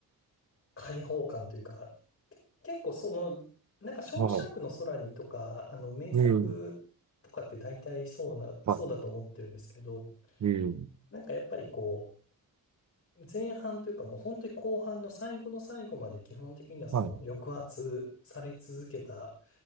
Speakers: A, on the left; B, on the right.
A: 解放感というか、け結構その、なんか、ショーシャンクの空にとか、
B: は
A: あの、名作とかって大体そうな、
B: い。うん。は
A: そうだと思ってるんですけど、
B: い。うん。
A: なんかやっぱりこう、前半というかもう本当に後半の最後の最後まで基本的にはその抑圧され続けた
B: はい。